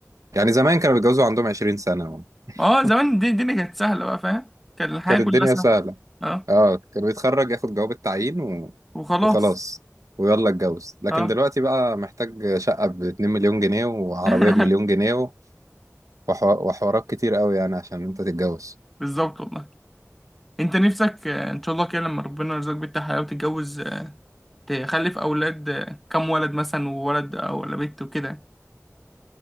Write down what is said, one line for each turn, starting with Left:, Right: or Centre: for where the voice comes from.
Right: يعني زمان كانوا بيتجوزوا عندهم عشرين سنة و...
Centre: اه زمان
Right: <laughs>
Centre: دي الدنيا كانت سهلة بقى فاهم كان الحياة
Right: كانت
Centre: كلها
Right: الدنيا
Centre: سهلة
Right: سهلة
Centre: اه
Right: أه كان بيتخرج ياخد جواب التعيين و...
Centre: وخلاص
Right: وخلاص ويلا اتجوز لكن
Centre: اه
Right: دلوقتي بقى محتاج شقة باتنين مليون جنيه وعربية
Centre: <laughs>
Right: بمليون جنيه و... وحو... وحوارات كتير قوي يعني عشان أنت تتجوز
Centre: بالظبط والله انت نفسك آه، ان شاء الله كده لما ربنا يرزقك بنت حلال وتتجوز آه، تخلف اولاد آه، كم ولد مثلا وولد او ولا بنت وكده يعني.